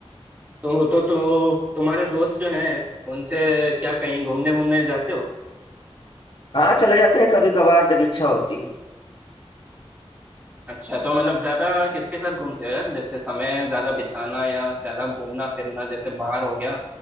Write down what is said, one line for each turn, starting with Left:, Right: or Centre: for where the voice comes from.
Right: तुम तो, तो तुम्हारे दोस्त जो हैं उनसे क्या कहीं घूमने वूमने जाते हो
Left: हाँ चले जाते हैं कभी कभार जब इच्छा होती है
Right: अच्छा तो मतलब ज्यादा किसके साथ घूमते हो यार जैसे समय ज्यादा बिताना या ज्यादा घूमना फिरना जैसे बाहर हो गया